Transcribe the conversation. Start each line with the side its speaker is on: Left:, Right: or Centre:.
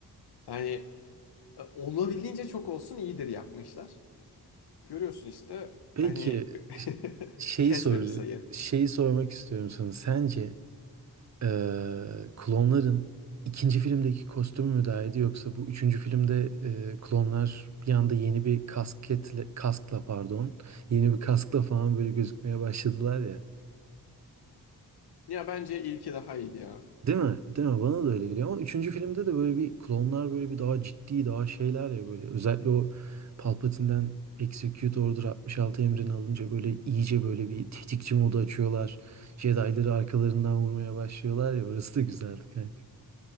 Left: Hani e, olabildiğince çok olsun iyidir yapmışlar. Görüyorsun işte
Right: Peki
Left: hani
Right: ş-
Left: <laughs>
Right: şeyi
Left: kesmemiş
Right: sor
Left: sayı.
Right: şeyi sormak istiyorum sana. Sence eee, klonların ikinci filmdeki kostümü mü daha iyiydi yoksa bu üçüncü filmde eee, klonlar bir anda yeni bir kasketle kaskla pardon yeni bir kaskla falan böyle gözükmeye başladılar ya.
Left: Ya bence ilki daha iyiydi ya.
Right: Değil mi? Değil mi? Bana da öyle geliyor ama üçüncü filmde de böyle bir klonlar böyle bir daha ciddi daha şeyler ya böyle özellikle o Palpatine'den Execute Order 66 emrini alınca böyle iyice böyle bir tetikçi modu açıyorlar. Jedi'ları arkalarından vurmaya başlıyorlar ya orası da güzeldi kanka.